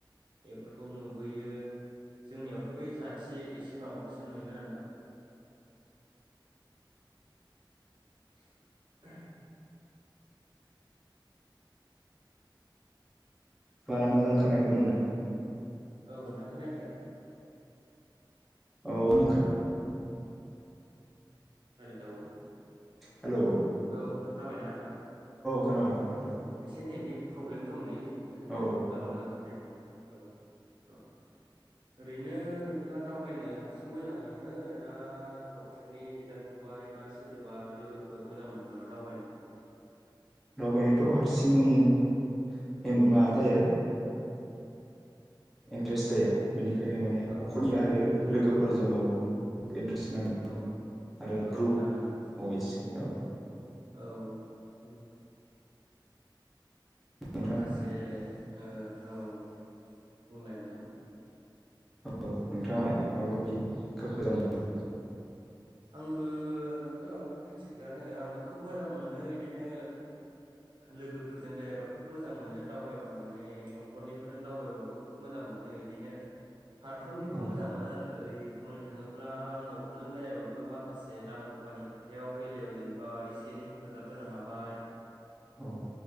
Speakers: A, on the right; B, in the centre.
A: बेफोरखौ नुबोयो । जोंनियावथ बे जाथि बे एसे माबाखौसो नुयोना नोथां <inaudible>
B: बारा मोजां खोनायाखैमोन
A: औ नोथां खोनाखै?
B: औ <unintelligible>
A: हेलौ
B: हेल'
A: औ खोनाबायना नोंथां
B: खोनाबाय खोनाबाय दा
A: औ एसे नेटनि प्रब्लेम दंलै बेखायनो
B: औ
A: बारा मोजां खानायाखैमोन। औ औ ओरैनो नोंथाङा दावबायनो हारसिं मोजां मोनो ना नखरनि बिदा फंबाय बा सोरबा लोगोफोर मोजां मोन नामा दावबायनो।
B: दावबायनोथ हारसिं मा जाया इन्ट्रेस्ट जाया। बेनिखायनो माने नखरनि
A: औ जाया
B: आरो
A: जाया औ
B: लोगोफोरजों औ इन्ट्रेस्ट नाङो
A: औ
B: आरो
A: औ
B: ग्रुप
A: नांगौ नोंगौ
B: अ एसे औ
A: औ उम
B: नोंथां
A: माखासे ओ औ बुंलाय नोंथां।
B: औ नोंथाङालाय माबायदि? खोब मोजां
A: औ
B: मोनो
A: आंबो नंगौ थिगानो आंबो खोब मोजां मोनो बिदिनो लोगोफोरजों बेरायबा खोब मोजां मोनो दावबायबा माने नखरनिफोरजों दावबायबाबो खोब मोजां मोनो बिदिनो फारफ्रोमथिंबो
B: औ
A: मोजां मोनो आरो ओरै बुंनो थाङोब्ला नखरजों बेरायबाबो माखासे रां रुफानि खोथायाव बेलायाव जेनेबा एसे एनै हेफाजाब होनो हाबाय
B: औ